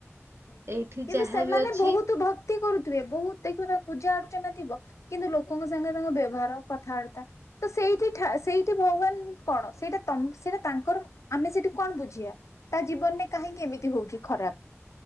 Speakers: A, on the left; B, on the right.
A: ହୁଁ
B: ଏଇଠି
A: କିନ୍ତୁ
B: ଯାହାବି
A: ସେମାନେ
B: ଅଛି
A: ବହୁତ ଭକ୍ତି କରୁଥିବେ ବହୁତ ଦେଖିବା ତା ପୂଜା ଅର୍ଚ୍ଚନା ଥିବ କିନ୍ତୁ ଲୋକଙ୍କ ସାଙ୍ଗେ ତାଙ୍କ ବ୍ୟବହାର କଥାବାର୍ତ୍ତା ତ ସେଇଠି ସେଇଠି ଭଗବାନ କଣ ସେଇଟା ସେଇଟା ତାଙ୍କର ଆମେ ସେଇଠୁ କଣ ବୁଝିବା ତା ଜୀବନରେ କାହିଁକି ଏମିତି ହଉଛି ଖରାପ।